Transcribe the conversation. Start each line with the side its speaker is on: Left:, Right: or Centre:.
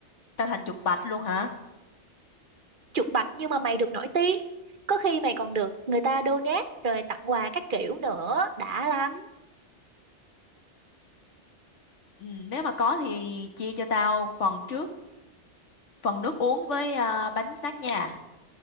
Left: tao thành chuột bạch luôn hả
Right: chuột bạch nhưng mà mày được nổi tiếng có khi mày còn được người ta donate rồi tặng quà các kiểu nữa đã lắm
Left: Ừ, nếu mà có thì chia cho tao phần trước phần nước uống với ờ, bánh snack nha